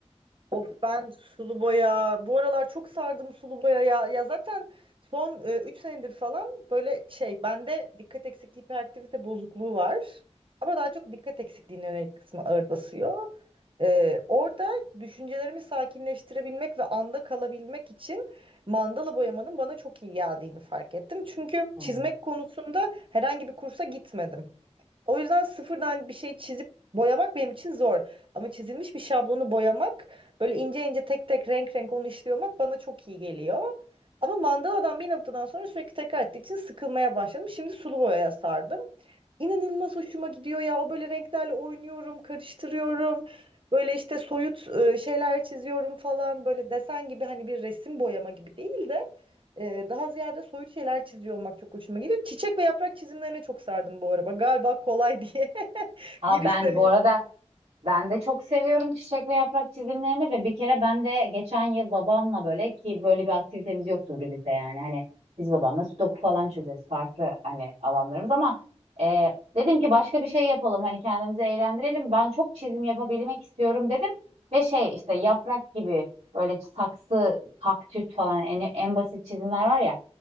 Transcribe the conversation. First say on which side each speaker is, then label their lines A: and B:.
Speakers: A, on the right; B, on the right.
A: Of ben sulu boya. Bu aralar çok sardım sulu boya ya. Ya zaten son 3 senedir falan böyle şey bende dikkat eksikliği hiperaktivite bozukluğu var. Ama daha çok dikkat eksikliğine yönelik kısmı ağır basıyor. Ee, orada düşüncelerimi sakinleştirebilmek ve anda kalabilmek için mandala boyamanın bana çok iyi geldiğini fark ettim. Çünkü
B: Hani.
A: çizmek konusunda herhangi bir kursa gitmedim. O yüzden sıfırdan bir şey çizip boyamak benim için zor. Ama çizilmiş bir şablonu boyamak, böyle ince ince tek tek renk renk onu işliyor olmak bana çok iyi geliyor. Ama mandaladan bir noktadan sonra sürekli tekrar ettiği için sıkılmaya başladım. Şimdi sulu boyaya sardım. İnanılmaz hoşuma gidiyor ya. O böyle renklerle oynuyorum, karıştırıyorum. Böyle işte soyut e, şeyler çiziyorum falan. Böyle desen gibi hani bir resim boyama gibi değil de e, daha ziyade soyut şeyler çiziyor olmak çok hoşuma gidiyor. Çiçek ve yaprak çizimlerine çok sardım bu araba. Galiba kolay diye <laughs>
B: Aa,
A: giriş
B: ben
A: seviyesi.
B: bu arada ben de çok seviyorum çiçek ve yaprak çizimlerini ve bir kere ben de geçen yıl babamla böyle ki böyle bir aktivitemiz yoktur birlikte yani hani biz babamla sudoku falan çözeriz farklı hani alanlarımız ama e, dedim ki başka bir şey yapalım hani kendimizi eğlendirelim ben çok çizim yapabilmek istiyorum dedim ve şey işte yaprak gibi böyle saksı kaktüs falan en, en basit çizimler var ya